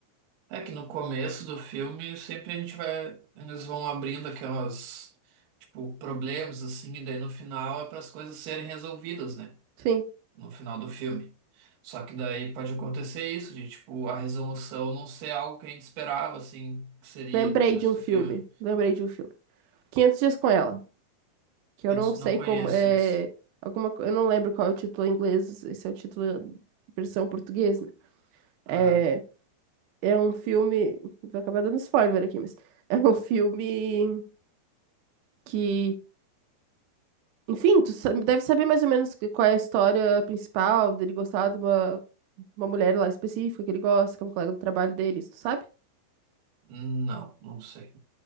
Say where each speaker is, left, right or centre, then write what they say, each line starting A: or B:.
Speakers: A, on the right (about 65°); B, on the right (about 80°).
A: É que no começo do filme sempre a gente vai. Eles vão abrindo aquelas. Tipo, problemas, assim, e daí no final é para as coisas serem resolvidas, né?
B: Enfim,
A: No final do filme. Só que daí pode acontecer isso, de tipo, a resolução não ser algo que a gente esperava, assim, que seria
B: lembrei
A: no começo
B: de um filme.
A: do filme.
B: Lembrei de um filme. 500 Dias com Ela. Que eu
A: Eu
B: não sei
A: não conheço
B: como. É,
A: esse.
B: alguma, co- eu não lembro qual é o título em inglês. Esse é o título versão portuguesa. né?
A: Aham.
B: É, é um filme. Vou acabar dando spoiler aqui, mas. <laughs> É um filme que. Enfim, tu sa- deve saber mais ou menos que- qual é a história principal dele gostar de uma, uma mulher lá específica que ele gosta, que é uma colega do trabalho dele, isso tu sabe?
A: Não, não sei.